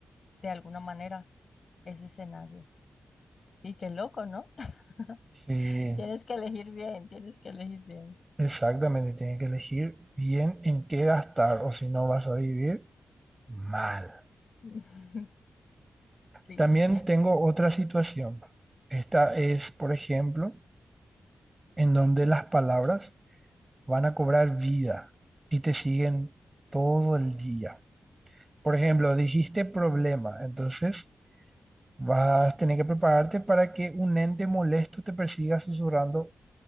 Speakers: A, on the left; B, on the right.
A: de alguna manera, ese escenario. Y qué loco, ¿no?
B: Sí,
A: <laughs> Tienes que elegir bien, tienes que elegir bien.
B: exactamente. Tienen que elegir bien en qué gastar o si no vas a vivir Mal.
A: <laughs> Sí.
B: También tengo otra situación. Esta es, por ejemplo, en donde las palabras van a cobrar vida y te siguen todo el día. Por ejemplo, dijiste problema, entonces vas a tener que prepararte para que un ente molesto te persiga susurrando,